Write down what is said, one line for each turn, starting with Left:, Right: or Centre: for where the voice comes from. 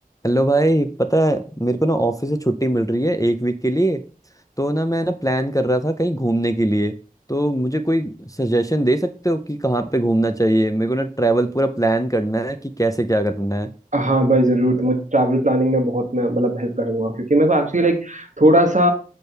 Left: Hello भाई पता है मेरे को ना ऑफिस से छुट्टी मिल रही है एक वीक के लिए तो ना मैं ना प्लान कर रहा था कहीं घूमने के लिए तो मुझे कोई सजेशन दे सकते हो कि कहाँ पे घूमना चाहिए मेरे को ना ट्रैवल पूरा प्लान करना है कि कैसे क्या करना है
Right: हाँ भाई जरूर तो मुझे ट्रैवल प्लानिंग में बहुत मैं मतलब हेल्प करूंगा क्योंकि मेरे को एक्चुअली लाइक थोड़ा सा